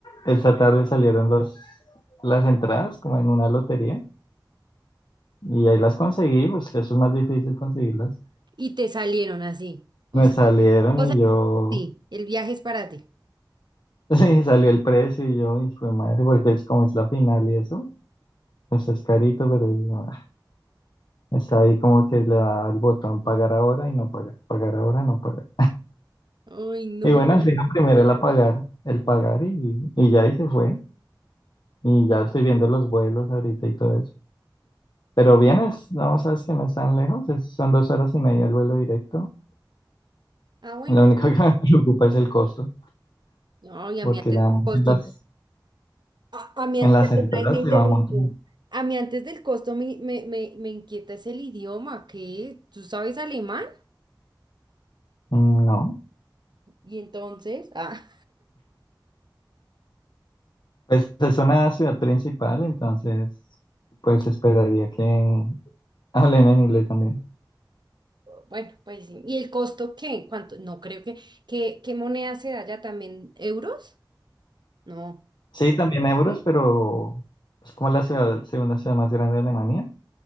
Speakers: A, on the left (about 65°); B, on the right (about 65°).
A: esta tarde salieron los, las entradas como en una lotería y ahí las conseguí, pues eso es más difícil conseguirlas.
B: Y te salieron así. O
A: Me
B: sea,
A: salieron
B: o
A: y
B: sea,
A: yo,
B: sí, el viaje es para ti.
A: <laughs> sí, salió el precio y yo, y fue madre, porque es como es la final y eso, pues es carito, pero yo, ah, está ahí como que le da el botón pagar ahora y no pagar, pagar ahora, no pagar.
B: Ay, no.
A: Y bueno, al final primero el pagar, el pagar y, y ya ahí se fue. Y ya estoy viendo los vuelos ahorita y todo eso. Pero vienes, no, sabes que no es tan lejos, es- son dos horas y media el vuelo directo.
B: Ah, bueno,
A: Lo único
B: sí.
A: que <laughs> me preocupa es el costo,
B: no, y a
A: porque
B: mí antes
A: nada
B: del
A: más
B: costo,
A: en las,
B: a, a mí,
A: en las
B: perdona,
A: entradas
B: ahí te interrumpo.
A: se va un montón.
B: A mí antes del costo me, me, me, me inquieta es el idioma, que tú sabes alemán
A: Mm, No,
B: y entonces, ah,
A: pues es una ciudad principal, entonces pues esperaría que <laughs> hablen en inglés también.
B: bueno, pues sí. ¿Y el costo qué? ¿Cuánto? No creo que, que, ¿qué moneda se da ya también? ¿Euros? No.
A: Sí, también euros,
B: ¿Sí?
A: pero es como la ciudad, segunda ciudad más grande de Alemania,